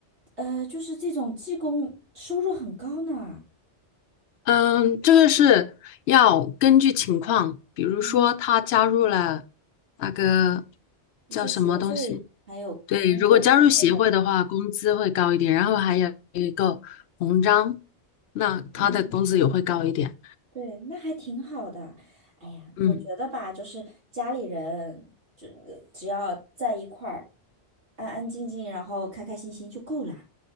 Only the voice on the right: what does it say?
呃，就是这种技工收入很高呢。
嗯，
一些协会还有工会之类的，
嗯，对，那还挺好的。哎呀，
我觉得吧，就是家里人只只要在一块儿，安安静静，然后开开心心就够了。